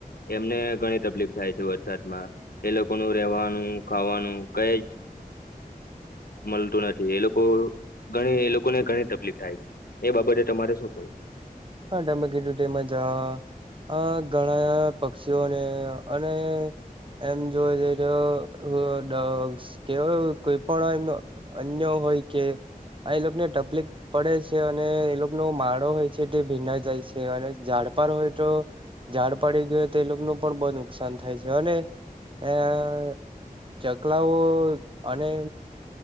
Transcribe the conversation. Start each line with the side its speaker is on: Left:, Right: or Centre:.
Left: એમને ઘણી તકલીફ થાય છે વરસાદમાં એ લોકોનું રેવાનું ખાવાનું કઈ જ. મલતું નથી એ લોકો ઘણી એ લોકોને ઘણી તકલીફ થાય છે. એ બાબતે તમારે શું કેવું છે.
Right: હા તમે કીધું તે મજા. આ ઘણા પક્ષીઓને અને એમ જોવે જઈ તો કેવાય કોઈ પણ હોય એમ અન્ય હોય કે આ એ લોકોને તકલીફ પડે છે અને એ લોકોનો માળો હોય છે. છેટે ભીના જાય છે અને ઝડપાર હોય તો ઝાડ પડી ગયું હો તો એ લોકોનું પણ બહુ નુકસાન થાય છે અને આ ચકલાઓ અને